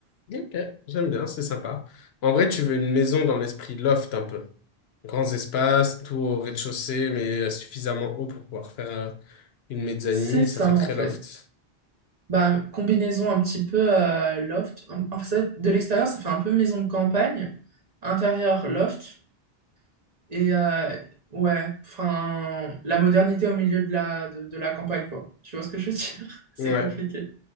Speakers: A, on the left; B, on the right.
A: Ok, j'aime bien, c'est sympa. En vrai, tu veux une maison dans l'esprit loft un peu. Grands espaces, tout au rez-de-chaussée, mais suffisamment haut pour pouvoir faire. euh, Une mezzanine,
B: C'est ça,
A: ça fait
B: en
A: très
B: fait.
A: loft.
B: Bah, combinaison un petit peu euh, loft. En en fait, de l'extérieur, ça fait un peu maison de campagne. Intérieur, loft. Et euh, ouais, enfin, la modernité au milieu de la, de, de la campagne, quoi. Tu vois ce que je veux dire? <laughs> C'est
A: Ouais.
B: compliqué.